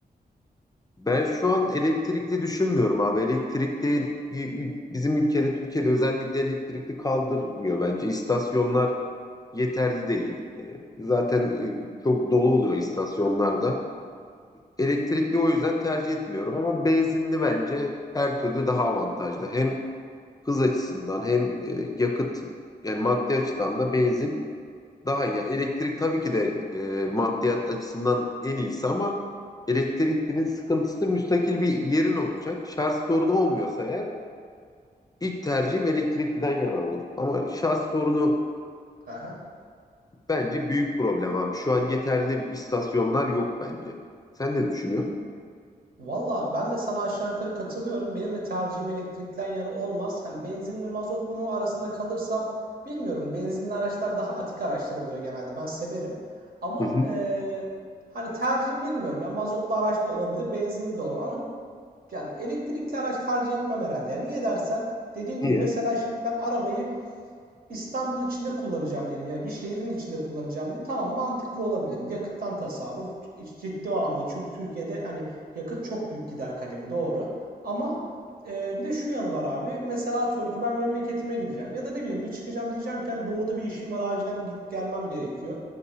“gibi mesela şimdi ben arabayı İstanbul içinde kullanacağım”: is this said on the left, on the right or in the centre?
Right